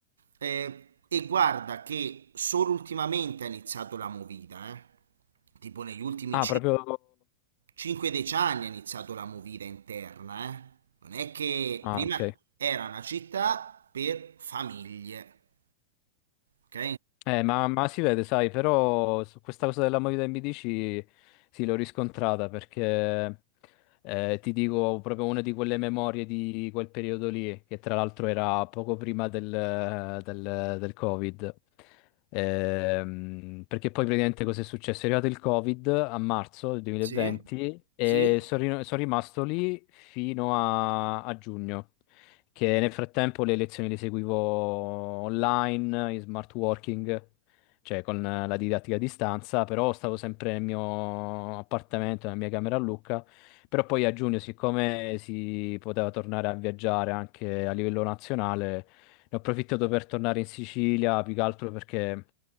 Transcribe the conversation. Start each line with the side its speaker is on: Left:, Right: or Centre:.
Right: eh, e guarda che solo ultimamente ha iniziato la movida, eh. Tipo negli ultimi
Left: Ah, proprio...
Right: 5-10 anni ha iniziato la movida interna, eh. Non è che
Left: Ah,
Right: prima
Left: ok.
Right: era una città per famiglie, ok?
Left: Eh, ma, ma si vede, sai, però su questa cosa della movida MBDC sì, l'ho riscontrata perché eh, ti dico proprio una di quelle memorie di quel periodo lì, che tra l'altro era poco prima del, del- del Covid. Ehm, perché poi praticamente cosa è successo? È arrivato il Covid a marzo del 2020
Right: Sì,
Left: e
Right: sì.
Left: sono ri- sono rimasto lì fino a a giugno che nel frattempo le lezioni le seguivo online, in smart working, cioè con eh, la didattica a distanza, però stavo sempre nel mio appartamento, nella mia camera a Lucca. Però poi a giugno, siccome si poteva tornare a viaggiare anche a livello nazionale, ne ho approfittato per tornare in Sicilia, più che altro perché